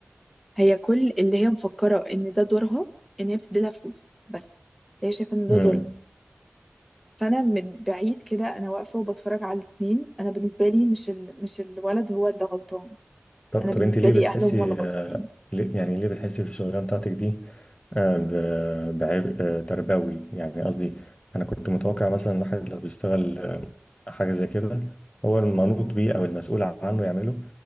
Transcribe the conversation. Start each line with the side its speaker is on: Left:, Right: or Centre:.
Centre: هي كل اللي هي مفكرة ان ده دورها ان هي بتديلها فلوس بس هي شايفة ان ده
Left: امم
Centre: دورها فانا من بعيد كده انا واقفة وبتفرج على الاتنين انا بالنسبة لي مش ال... مش الولد هو اللي غلطان
Left: طب
Centre: انا
Left: طب
Centre: بالنسبة
Left: انت ليه
Centre: لي
Left: بتحسي
Centre: اهله هما اللي غلطانين
Left: آه، ليه- يعني ليه بتحسي في الشغلانه بتاعتك دي آه، ب- بعبء آه، تربوي يعني قصدي انا كنت متوقع مثلا الواحد لو بيشتغل آه، حاجه زي كده هو المنوط بيه او المسؤول عنه يعمله